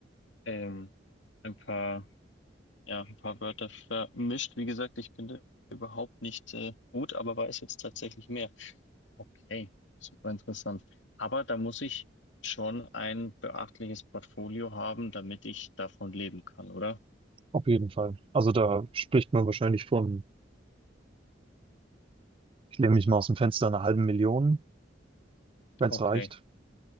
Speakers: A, on the left; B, on the right.
A: ähm, ein paar, ja, ein paar Wörter vermischt. Wie gesagt, ich bin da überhaupt nicht äh, gut, aber weiß jetzt tatsächlich mehr. Okay, super interessant. Aber da muss ich schon ein beachtliches Portfolio haben, damit ich davon leben kann, oder?
B: Auf jeden Fall. Also da spricht man wahrscheinlich von, ich lehne mich mal aus dem Fenster, einer halben Million, wenn
A: Okay,
B: es reicht.